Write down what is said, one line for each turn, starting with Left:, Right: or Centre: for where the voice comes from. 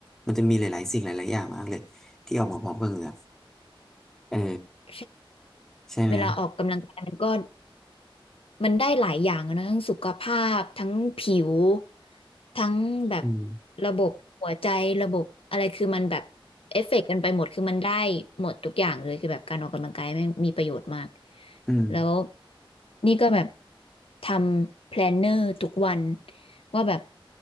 Centre: มันจะมีหลายๆสิ่งหลายๆอย่างมากเลยที่ออกมาพร้อมกับเหงื่อเออ
Left: ใช่
Centre: ใช่ไหม
Left: เวลาออกกำลังกายมันก็มันได้หลายอย่างอะนะทั้งสุขภาพทั้งผิวทั้งแบบ
Centre: อืม
Left: ระบบหัวใจระบบอะไรคือมันแบบเอฟเฟกต์กันไปหมดคือมันได้หมดทุกอย่างเลยคือแบบการออกกำลังกายแม่งมีประโยชน์มาก
Centre: อืม
Left: แล้วนี่ก็แบบทำแพลนเนอร์ทุกวัน ว่าแบบ